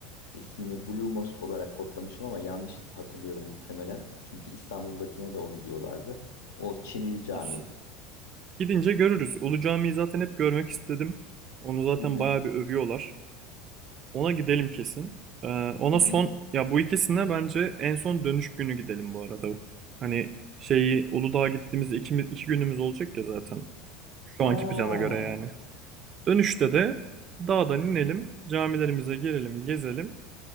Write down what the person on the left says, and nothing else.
ismini Blue Mosque olarak kodlamışım ama yanlış hatırlıyorum muhtemelen. Çünkü İstanbul'dakine de onu diyorlardı. O Çinili Cami.
Hı hı,
hı hı.
Ha.